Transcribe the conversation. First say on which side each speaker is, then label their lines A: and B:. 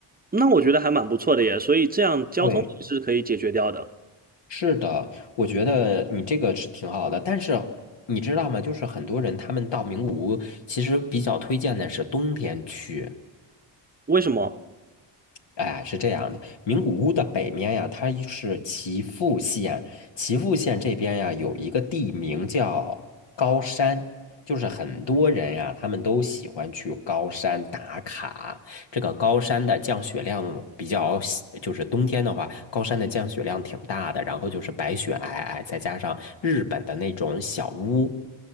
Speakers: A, on the right; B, on the left.
A: 那我觉得还蛮不错的耶，所以这样交通也是可以解决掉的。
B: 对，是的，我觉得你这个是挺好的，但是你知道吗？就是很多人他们到名古屋，其实比较推荐的是冬天去。
A: 为什么？
B: 哎，是这样的，名古屋的北面呀，它是岐阜县，岐阜县这边呀有一个地名叫高山，就是很多人呀，他们都喜欢去高山打卡。这个高山的降雪量比较喜就是冬天的话，高山的降雪量挺大的，然后就是白雪皑皑，再加上日本的那种小屋。